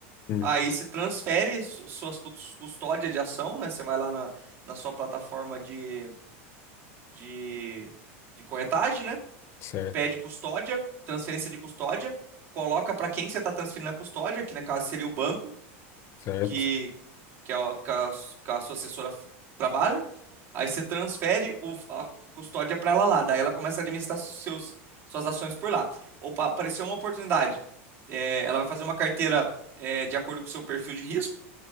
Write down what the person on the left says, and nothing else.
Hum,
Certo,
certo.